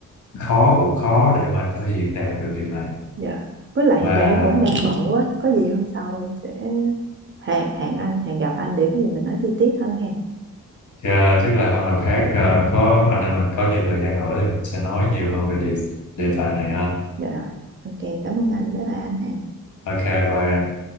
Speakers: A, on the left (about 60°); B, on the right (about 35°).
A: khó cũng khó để mà có thể diễn đạt được điều này
B: Dạ. Với lại
A: và
B: hiện giờ em cũng đang bận quá, có gì hôm sau em sẽ hẹn hẹn anh, hẹn gặp anh để có gì mình nói chi tiết hơn ha.
A: à, chắc là hôm nào khác à, có anh em mình có nhiều thời gian rỗi thì mình sẽ nói nhiều hơn về điều đề tài này ha
B: Dạ rồi. Ok, cảm ơn anh. Bye bye anh ha.
A: ok bye